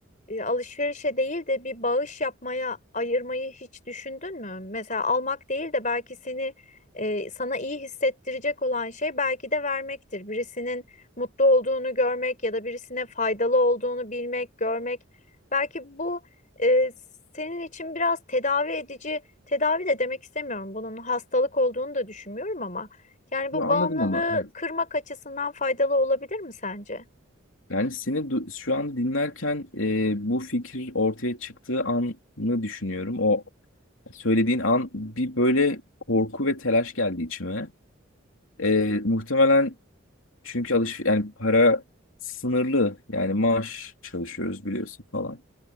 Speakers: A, on the left; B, on the left.
A: e, alışverişe değil de bir bağış yapmaya ayırmayı hiç düşündün mü? Mesela almak değil de belki seni e, sana iyi hissettirecek olan şey belki de vermektir. Birisinin mutlu olduğunu görmek ya da birisine faydalı olduğunu bilmek, görmek. Belki bu e, senin için biraz tedavi edici tedavi de demek istemiyorum. Bunun hastalık olduğunu da düşünmüyorum ama yani
B: Yo,
A: bu
B: anladım
A: bağımlılığı
B: ama. Evet.
A: kırmak açısından faydalı olabilir mi sence?
B: Yani seni du- şu an dinlerken e, bu fikir ortaya çıktığı anı düşünüyorum. O söylediğin an bir böyle korku ve telaş geldi içime. E, muhtemelen çünkü alış yani para sınırlı yani maaş çalışıyoruz biliyorsun falan.